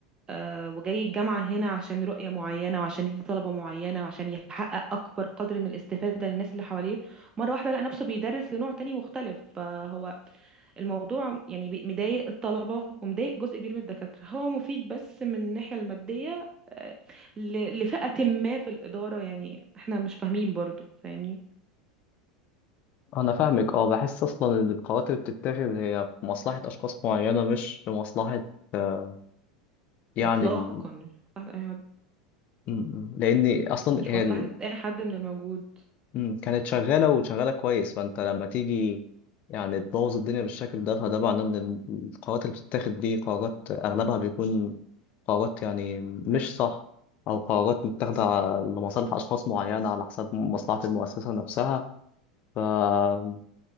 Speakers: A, on the right; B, on the left.
A: آه، وجاي الجامعة هنا عشان رؤية معينة وعشان يدي طلبة معينة وعشان يحقق أكبر قدر من الاستفادة للناس اللي حواليه مرة واحدة لقى نفسه بيدرس لنوع تاني مختلف فهو الموضوع يعني بي- مضايق الطلبة ومضايق جزء كبير من الدكاترة هو مفيد بس من الناحية المادية آه، ل- لفئة ما في الإدارة يعني احنا مش فاهمين برضو فاهمني
B: أنا فاهمك أه بحس أصلا إن القرارات اللي بتتاخد هي في مصلحة أشخاص معينة مش في مصلحة آه، يعني
A: إطلاقا
B: ال...
A: مش مصلحة أي حد
B: م- م- لأن أصلا
A: مش
B: هي
A: مصلحة أي حد من الموجود
B: مم، كانت شغالة وشغالة كويس فأنت لما تيجي يعني تبوظ الدنيا بالشكل ده فده معناه إن ال- القرارات اللي بتتاخد دي قرارات أغلبها بيكون قرارات يعني مش صح أو قرارات متاخدة ع- لمصالح أشخاص معينة على حساب مصلحة المؤسسة نفسها فأنت